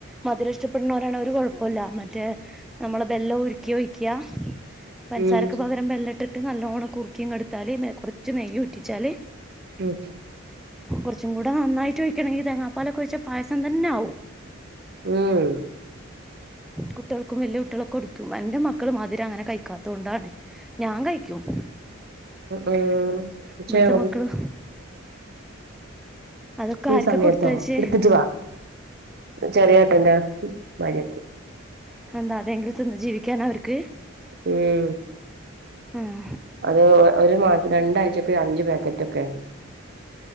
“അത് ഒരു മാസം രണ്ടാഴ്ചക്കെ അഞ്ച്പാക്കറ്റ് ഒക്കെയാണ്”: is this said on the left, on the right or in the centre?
Right